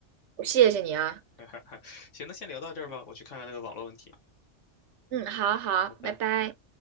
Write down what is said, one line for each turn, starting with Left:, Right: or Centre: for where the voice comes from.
Right: 吃。谢谢你啊，
Left: <laughs> 行，那先聊到这儿吧，我去看看那个网络问题，
Right: 嗯，好好，
Left: 拜拜。
Right: 拜拜。